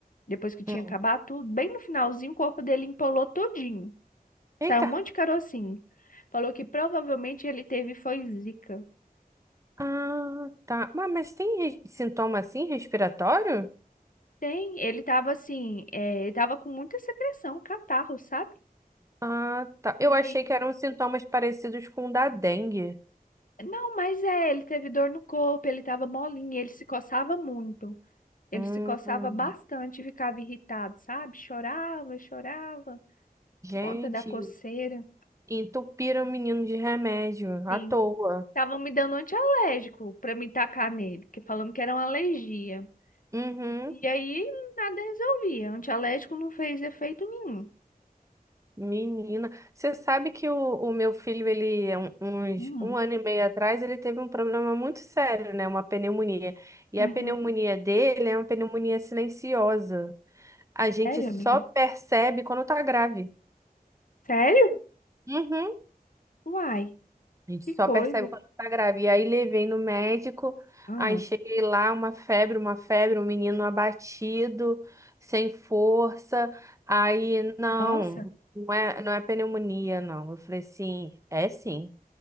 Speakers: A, on the left; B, on the right.
A: depois que tinha
B: Hum.
A: acabado tudo, bem no finalzinho, o corpo dele empolou todinho.
B: Eita.
A: Saiu um monte de carocinho. Falou que provavelmente ele teve foi zika.
B: Ah, tá. Mas, mas tem re- sintoma assim respiratório?
A: Tem, ele tava assim, é, ele tava com muita secreção, catarro, sabe?
B: Ah, tá. Eu
A: E
B: achei
A: aí,
B: que eram sintomas parecidos com o da dengue.
A: não, mas é, ele teve dor no corpo, ele tava molinho, ele se coçava muito. Ele
B: Hum.
A: se coçava bastante, ficava irritado, sabe? Chorava, chorava
B: Gente,
A: por conta da coceira.
B: entupiram o menino de remédio
A: Sim,
B: à toa.
A: estavam me dando antialérgico pra me tacar nele, que falando que era uma alergia.
B: Uhum,
A: E aí nada resolvia, antialérgico não fez efeito nenhum.
B: menina. Você sabe que o, o meu filho, ele, é um- uns
A: Hum.
B: um ano e meio atrás, ele teve um problema muito sério, né? Uma pneumonia. E
A: Uhum.
B: a pneumonia dele é uma pneumonia silenciosa. A gente
A: Sério,
B: só
A: amiga?
B: percebe quando tá grave.
A: Sério?
B: Uhum.
A: Uai,
B: A gente
A: que
B: só
A: coisa.
B: percebe quando tá grávida. E aí levei no médico,
A: Hum,
B: aí cheguei lá, uma febre, uma febre, um menino abatido, sem força. Aí, não,
A: nossa.
B: não é, não é pneumonia, não. Eu falei, sim, é sim.